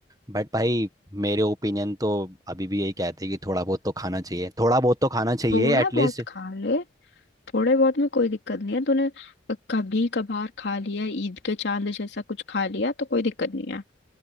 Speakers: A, on the right (about 20°); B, on the left (about 65°).
A: बट भाई मेरे ओपिनियन तो अभी भी यही कहते हैं कि थोड़ा बहुत तो खाना चाहिए थोड़ा बहुत तो खाना चाहिए
B: थोड़ा
A: एटलीस्ट
B: बहुत खा ले थोड़े बहुत में कोई दिक्कत नहीं है तूने कभी कभार खा लिया ईद के चांद जैसा कुछ खा लिया तो कोई दिक्कत नहीं है